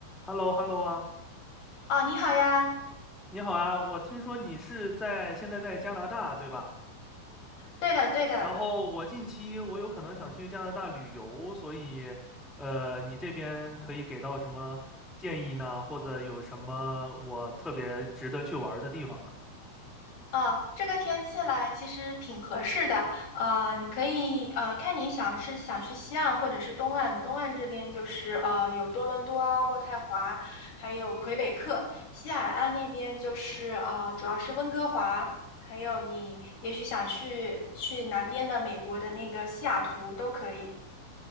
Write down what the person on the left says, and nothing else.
啊，你好呀，
对的，对的，
哦，这个天气来其实挺合适的，呃，你可以呃看你想是想去西岸或者是东岸，东岸这边就是呃有多伦多啊、渥太华，还有魁北克，西海岸那边就是呃主要是温哥华，还有你也许想去去南边的美国的那个西雅图都可以。